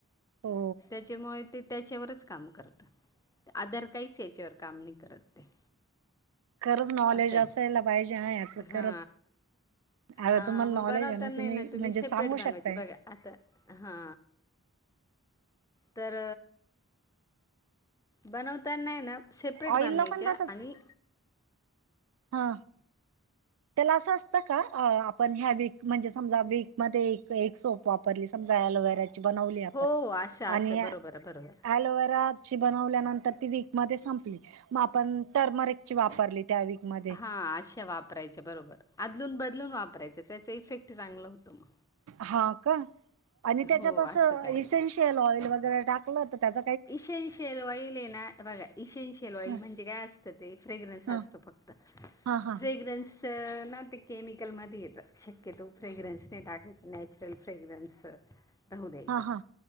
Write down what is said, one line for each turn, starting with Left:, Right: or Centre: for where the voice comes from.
Right: हो
Left: त्याच्यामुळे ते त्याच्यावरच काम करता. आदर काहीच तेच्यावर काम नाही करत ते.
Right: खरंच नॉलेज
Left: असे आहे
Right: असायला पाहिजे हा याचं
Left: हा.
Right: खरंच आता
Left: अ
Right: तुम्हाला
Left: मग
Right: नॉलेज
Left: बनवता
Right: आहे
Left: नाही ना, तुम्ही
Right: म्हणजे
Left: सेपरेट
Right: सांगू
Left: बनवायचे
Right: शकताय
Left: बघा. आता हा तर. बनवता नाही ना, सेपरेट
Right: ऑइलला
Left: बनवायच्या
Right: पण तसच
Left: आणि.
Right: हा. त्याला असं असतं का, आपण ह्या वीक म्हणजे समजा वीक मध्ये एक एक सोप वा. परली समजा अलोवेरा ची बनवली आपण.
Left: हो हो असं असं
Right: आणि
Left: बरोबर आहे बरोबर
Right: अलोवेरा, ची बनल्यानंतर ती वीक मध्ये संपली मग आपण टमरिकची वापरली त्या विक म
Left: हा अशा वापरायच्या बरोबर अदलून बदलून वापरायच, त्याच इफेक्ट चांगलं होतो मग.
Right: हा का, आणि त्याच्यात
Left: हो
Right: असं
Left: करायचं
Right: इसेन्शियल ऑइल वगैरे टाकलं तर त्याच.
Left: इसेन्शियल ऑइल आहे ना बघा, इसेनशियल ऑइल
Right: ह
Left: म्हणजे काय असतं ते फ्रेगरन्स
Right: ह
Left: असतो फक्तं. त
Right: हा हा
Left: फ्रेग्रेन्स. त ना ते केमिकलमध्ये येत शक्यतो फ्रेगरेन्स नाही टाकायचे नॅचरल फ्रेगरेन्स राहू द्यायचा.
Right: हा हा